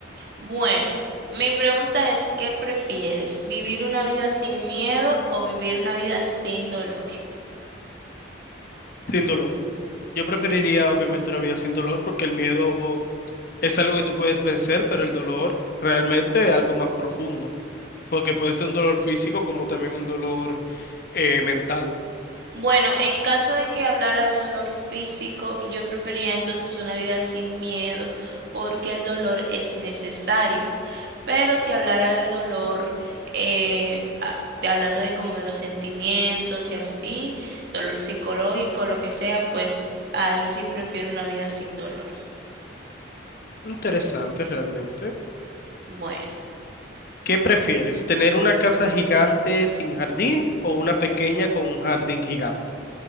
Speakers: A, on the right; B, on the left.
A: Bueno, mi pregunta es, ¿qué prefieres? ¿Vivir una vida sin miedo o vivir una vida sin dolor?
B: sin dolor. Yo preferiría obviamente una vida sin dolor porque el miedo es algo que tú puedes vencer, pero el dolor realmente es algo más profundo. porque puede ser un dolor físico como también un dolor eh, mental.
A: Bueno, en caso de que hablara de dolor físico, yo preferiría entonces una vida sin miedo porque el dolor es necesario. Pero si hablara de dolor, eh, a- de, hablando de como de los sentimientos y así, dolor psicológico, lo que sea, pues ahí sí prefiero una vida sin dolor.
B: Interesante realmente.
A: Bueno.
B: ¿Qué prefieres? ¿Tener una casa gigante sin jardín o una pequeña con un jardín gigante?